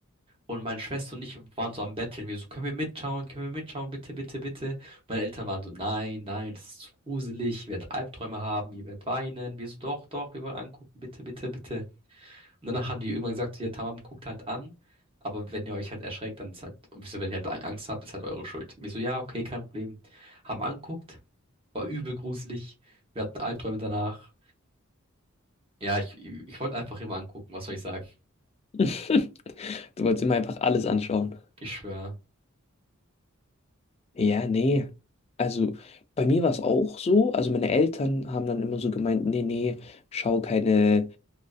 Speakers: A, on the right; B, on the left.
A: Und meine Schwester und ich waren so am Betteln. Wir so, können wir mitschauen? Können wir mitschauen? Bitte, bitte, bitte. Meine Eltern waren so, nein, nein, das ist zu gruselig. Ihr werdet Albträume haben. Ihr werdet weinen. Wir so, doch, doch, wir wollen angucken. Bitte, bitte, bitte. Und danach haben die irgendwann gesagt, ja, Tamam, guckt halt an. Aber wenn ihr euch halt erschreckt, dann ist halt, und wir so, wenn ihr halt Angst habt, ist halt eure Schuld. Und ich so, ja, okay, kein Problem. Haben anguckt. War übel gruselig. Wir hatten Albträume danach. Ja, ich, ich wollte einfach immer angucken. Was soll ich sagen?
B: <laughs> Du wolltest immer einfach alles anschauen.
A: Ich schwöre.
B: Ja, nee. Also bei mir war es auch so. Also meine Eltern haben dann immer so gemeint, nee, nee, schau keine,